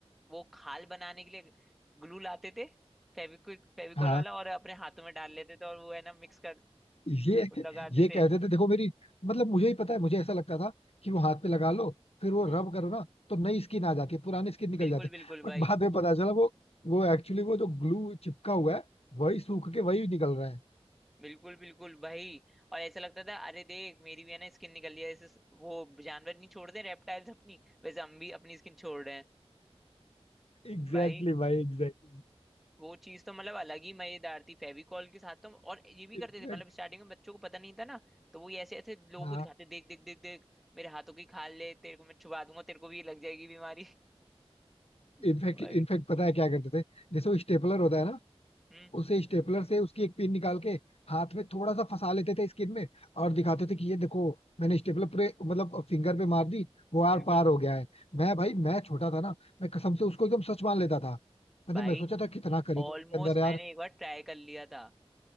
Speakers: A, in the centre; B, on the left (about 70°).
A: वो खाल बनाने के लिए ग्लू लाते थे फेविक्विक फेविकॉल
B: हाँ
A: वाला और अपने हाथों में डाल लेते थे और वो है ना मिक्स कर
B: ये
A: वो लगाते
B: ये
A: थे
B: कहते थे देखो मेरी मतलब मुझे ही पता है मुझे ऐसा लगता था कि वो हाथ पे लगा लो फिर वो
A: हम्म,
B: रब करो ना तो नई स्किन आ जाती है पुराने स्किन निकल
A: बिल्कुल
B: जाते
A: बिल्कुल
B: हैं बट
A: भाई
B: बाद में पता चला वो वो एक्चुअली वो जो ग्लू चिपका हुआ है वही सूख के वही निकल रहा है
A: बिल्कुल बिल्कुल भाई और ऐसा लगता था अरे देख मेरी भी है ना स्किन निकल रही है ऐसे स- वो जानवर नहीं छोड़ते रेप्टाइल्स अपनी वैसे हम भी अपनी स्किन छोड़ रहे हैं
B: एग्जैक्टली
A: भाई
B: exactly भाई एग्जैक्टली
A: वो चीज तो मतलब अलग ही मजेदार थी फेविकॉल के साथ तो और ये भी करते
B: इनफैक्ट
A: थे मतलब स्टार्टिंग में बच्चों को पता नहीं था ना तो वो ये ऐसे ऐसे लोगों
B: हाँ
A: को दिखाते देख देख देख देख मेरे हाथों की खाल ले तेरे को मैं छुपा दूंगा तेरे को भी लग जाएगी बीमारी <laughs>
B: इनफैक्ट
A: भाई
B: इनफैक्ट पता है क्या करते थे जैसे वो स्टेपलर होता है ना
A: हम्म
B: उसे स्टेपलर से उसकी एक पिन निकाल के हाथ में थोड़ा सा फंसा लेते थे स्किन में और दिखाते थे कि ये देखो मैंने स्टेपलर पूरे मतलब फिंगर पे मार दी वो आर
A: बिल्कुल
B: पार हो गया है मैं भाई मैं छोटा था ना मैं कसम से उसको एकदम सच मान लेता था मैंने
A: भाई
B: मैं सोचा था कितना करे
A: ऑलमोस्ट
B: जो उसके अंदर यार
A: मैंने एक बार ट्राई कर लिया था